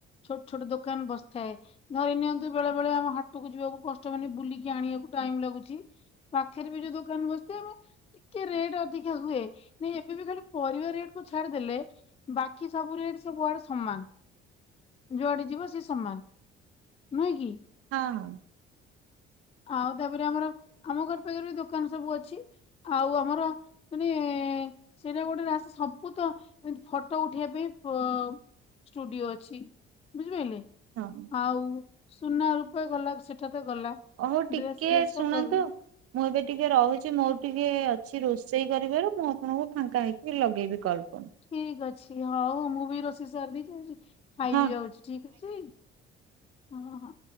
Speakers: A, on the left; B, on the right.
A: ଛୋଟ ଛୋଟ ଦୋକାନ ବସିଥାଏ ଧରି ନିଅନ୍ତୁ ବେଳେ ବେଳେ ଆମ ହାଟକୁ ଯିବାକୁ କଷ୍ଟ ମାନେ ବୁଲିକି କି ଆଣିବାକୁ ଟାଇମ ଲାଗୁଛି ପାଖରେ ବି ଯୋଉ ଦୋକାନ ବସିଥା ଆମେ ଟିକିଏ ରେଟ୍ ଅଧିକା ହୁଏ ନାଇଁ ଏବେ ବି ଖାଲି ପରିବା ରେଟ କୁ ଛାଡିଦେଲେ ବାକି ସବୁ ରେଟ ସବୁଆଡେ ସମାନ। ଯୁଆଡ଼େ ଯିବ ସେ ସମାନ ନୁହେଁ କି?
B: ହଁ ହଁ।
A: ଆଉ ତାପରେ ଆମର ଆମ ଘର ପାଖରେ ବି ଦୋକାନ ସବୁ ଅଛି ଆଉ ଆମର ମାନେ ସେଇଟା ଗୋଟେ ରାସ୍ ସବୁତ ଏମି ଫଟୋ ଉଠେଇବା ପାଇଁ ପ ଷ୍ଟୁଡିଓ ଅଛି ବୁଝିପାଇଲେ।
B: ହଁ।
A: ଆଉ ସୁନା ରୂପେ ଗଲା ସେଟା ତ ଗଲା।
B: ମୁଁ ଟିକେ
A: ଡ୍ରେସ ଫ୍ରେସ୍
B: ଶୁଣନ୍ତୁ।
A: ତ ଗଲା
B: ମୁଁ ଏବେ ଟିକେ ରହୁଛି ମୋର ଟିକେ ଅଛି ରୋଷେଇ କରିବାରୁ ମୁଁ ଆପଣଙ୍କୁ ଫାଙ୍କା ହେଇକି ଲଗେଇବି କଲ୍ କୁ।
A: ଠିକ ଅଛି ହଉ ମୁଁ ବି ରୋଷେଇ ସାରଦେଇଚି ଯାଉଛି ଖାଇବିି
B: ହଁ।
A: ଯାଉଛି ଠିକ ଅଛି। ହଁ ହଁ।